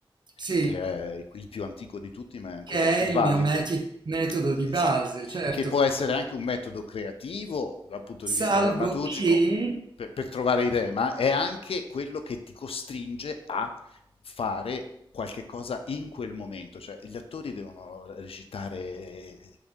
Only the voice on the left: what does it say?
che è il più antico di tutti, ma è ancora
il più
valido.
Esatto,
che può essere anche un metodo creativo dal punto
di vista drammaturgico
per, per trovare idee, ma è anche quello che ti costringe a fare qualche cosa in quel momento, cioè gli attori devono recitare